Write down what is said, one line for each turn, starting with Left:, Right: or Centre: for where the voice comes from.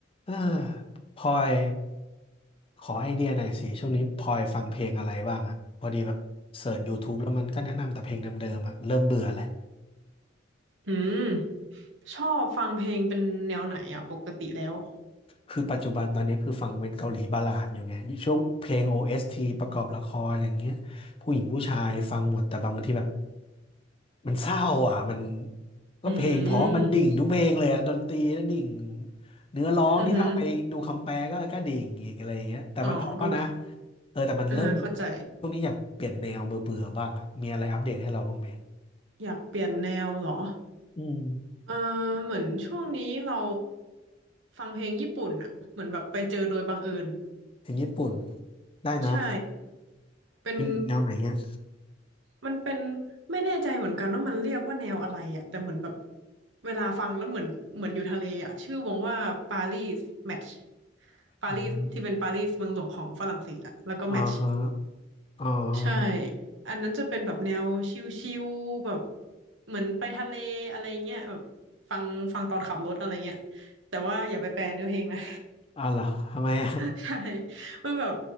Left: เออพลอยขอไอเดียหน่อยสิช่วงนี้พลอยฟังเพลงอะไรบ้างอะพอดีแบบเสิร์ช YouTube แล้วมันก็แนะนำแต่เพลงเดิมๆอะเริ่มเบื่อแล้ว
Right: อืมชอบฟังเพลงเป็นแนวไหนอ่ะปกติแล้ว
Left: คือปัจจุบันตอนนี้คือฟังเป็นเกาหลีบัลลาดอยู่ไงช่วงเพลง OST ประกอบละครอย่างเงี้ยผู้หญิงผู้ชายฟังหมดแต่บางทีแบบมันเศร้าอ่ะมันก็เพลงเพราะมันดิ่งทุกเพลงเลยอะดนตรีแล้วดิ่ง
Right: อืม
Left: เนื้อร้องนี่ถ้าเอาไปดูคำแปลก็ก็ดิ่งอีกอะไรอย่างเงี้ยแต่มันเพราะนะ
Right: อือหืออ๋อก็
Left: เออแต่มันเริ่ม
Right: อือฮะเข้าใจ
Left: ช่วงนี้อยากเปลี่ยนแนวเบื่อเบื่อบ้างอ่ะมีอะไรอัปเดตให้เราบ้างไหม
Right: อยากเปลี่ยนแนวเหรอ
Left: อืม
Right: เออเหมือนช่วงนี้เราฟังเพลงญี่ปุ่นอ่ะเหมือนแบบไปเจอโดยบังเอิญ
Left: เพลงญี่ปุ่นได้นะ
Right: ใช่เป็น
Left: เป็นแนวไหนเนี่ย
Right: มันเป็นไม่แน่ใจเหมือนกันว่ามันเรียกว่าแนวอะไรอ่ะแต่เหมือนแบบเวลาฟังแล้วเหมือนเหมือนอยู่ทะเลอ่ะชื่อวงว่าปารีสแมทช์ปารีสที่เป็นปารีสเมืองหลวงของฝรั่งเศสอ่ะแล้วก็แมทช์
Left: อืมอ่าฮะอ่าฮะ
Right: ใช่ อันนั้นจะเป็นแบบแนวชิลๆแบบเหมือนไปทะเลอะไรเงี้ยแบบฟังฟังตอนขับรถอะไรเงี้ยแต่ว่าอย่าไปแปลเนื้อเพลงนะ
Left: อ้าวเหรอทำไมอ่ะ
Right: <laughs> ใช่มันแบบ